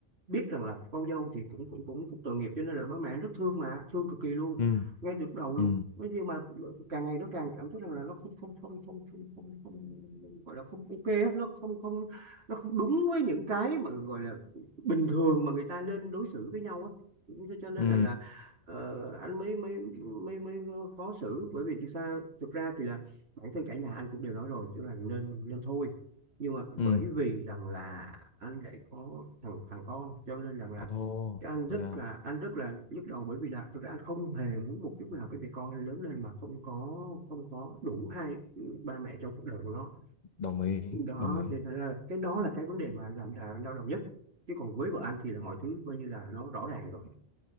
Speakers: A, on the right (about 70°); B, on the left (about 45°).
A: biết rằng là con dâu thì cũng cũng cũng, cũng tội nghiệp cho nên là bố mẹ anh rất thương mà thương cực kỳ luôn
B: ừ
A: ngay từ lúc đầu
B: ừ
A: luôn Nói nhưng mà ừ, càng ngày nó càng cảm thấy rằng là nó không không không không không không, không gọi là không ok á nó không không nó không đúng với những cái mà gọi là bình thường mà người ta nên đối xử với nhau á Thế cho nên
B: ừ
A: là là ờ, anh mới mới mới mới khó xử bởi vì thực ra thực ra thì là bản thân cả nhà anh cũng đều nói rồi tức là nên nên thôi nhưng mà bởi
B: ừ
A: vì rằng là anh lại có thằng thằng con cho nên rằng là
B: ồ
A: cái anh rất
B: dạ
A: là anh rất là nhức đầu bởi vì là thực ra anh không hề muốn một chút nào cái việc con lớn lên mà không có không có đủ hai ba mẹ trong cuộc đời của nó
B: đồng ý
A: đó
B: đồng ý
A: thì thành ra là cái đó là cái vấn đề mà làm đà đau đầu nhất chứ còn với vợ anh thì là mọi thứ coi như là nó rõ ràng rồi